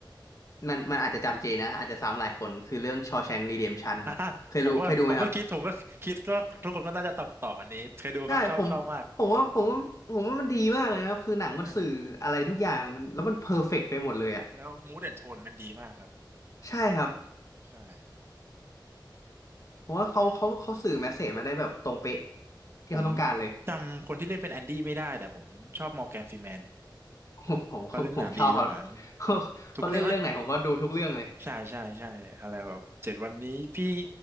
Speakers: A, on the left; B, on the right.
A: มันมันอาจจะจำเจนะอาจจะซ้ำหลายคนคือเรื่อง Shawshank Redemption
B: <laughs> อ่ะ
A: ครับเคยรู้เคยดูไหมครับ
B: ผมก็ผมก็คิดผมก็คิดก็ทุกคนก็น่าจะตอบตอบอันนี้เคยดูครับชอบชอบมาก
A: ใช่ผมผมว่าผมว่าผมว่ามันดีมากเลยนะครับคือหนังมันสื่ออะไรทุกอย่างมันแล้วมันเพอร์เฟกต์ไปหมดเลยอ่ะ
B: ใช่ แล้วมูดแอนโทนมันดีมากครับ
A: ใช่ครับ
B: ใช่
A: ผมว่าเขาเขาเขาสื่อแมสเสจมาได้แบบตรงเป๊ะ
B: อืม
A: ที่เขาต้องการเลย
B: ผมจำคนที่เล่นเป็นแอนดี้ไม่ได้แต่ผมชอบมอร์แกนฟรีแมน
A: <laughs> ผมผมผมชอบเขา
B: เขาเล่นหนังดีเสมอ
A: <laughs> เขาเขาเล่นเรื่องไหนผมก็ดูทุกเรื่องเลย
B: ทุกเรื่องนะใช่ใช่ใช่อะไรแบบเจ็ดวันนี้พี่